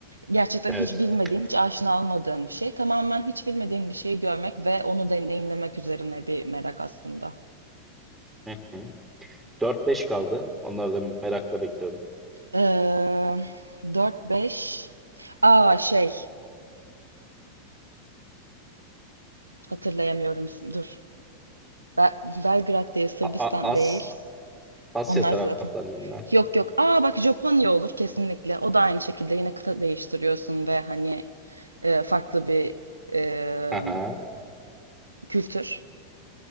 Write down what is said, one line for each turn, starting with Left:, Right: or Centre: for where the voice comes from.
Right: Gerçekten
Centre: Evet.
Right: hiç bilmediğin, hiç aşina olmadığın bir şey. Tamamen hiç bilmediğin bir şeyi görmek ve onu deneyimlemek üzerine bir merak aslında.
Centre: Hı hı. 4-5 kaldı. Onları da merakla bekliyorum.
Right: Ee, 4-5. Aa şey hatırlayamıyorum. Dur. Be- Belgrad değil, Sırbistan
Centre: A- A- As
Right: değil.
Centre: Asya
Right: Onlar
Centre: taraflarında
Right: zaten.
Centre: bunlar.
Right: Yok yok. Aa bak Japonya olur kesinlikle. O da aynı şekilde yine kıta değiştiriyorsun ve hani e, farklı bir e,
Centre: Aha,
Right: kültür.